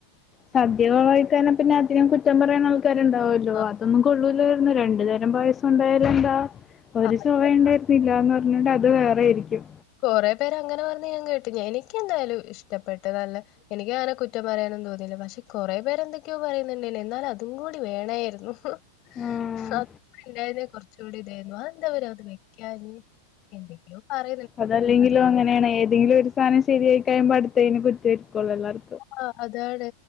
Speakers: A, on the left; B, on the left.
A: സദ്യ കൊളവായിക്കാന പിന്നെ അതിനും കു റ്റം പറയൻ ആൾക്കാരുണ്ടാവുല്ലോ
B: ആ.
A: അതൊന്നും കൊള്ളൂല്ലാരുന്നു രണ്ടു തരം പായസുണ്ടായ ലെന്ത ഒരു
B: അതെ.
A: സോഭ ഉണ്ടായിരുന്നില്ലന്ന് പിന്നോണ്ട് അത് വേറെരിക്കും
B: കുറെ പേര് അങ്ങനെ പറഞ്ഞ ഞാൻ കേട്ടി എനിക് എന്തായാലും ഇഷ്ടപ്പെട്ട് നല്ല എനിക്ക് അങ്ങനെ കുറ്റം പറയാനും തോന്നിയില്ല പക്ഷെ കൊറെേ പേരെ എന്തൊക്കെയോ പറയുന്നുണ്ടനി എന്നാലും അതും കൂടി വേണായിരുന്നു
A: ആഹ്
B: <unintelligible> അണ്ടായിരുന്ന കുറച്ചുകൂടി ഇതായിരുന്നു അന്താ വര അത് വെക്കാഞ്ഞെ എന്തൊക്കെയോ പറ
A: അതല്ലെങ്കിലോ അങ്ങനെയാണ് ഏതെങ്കിലും ഒരു സാധനം ശരിയായി കൈയുമ്പോ അടുത്തെന്ന് കുറ്റരിക്കോളൂ എല്ലരും
B: ആ് അതാണ്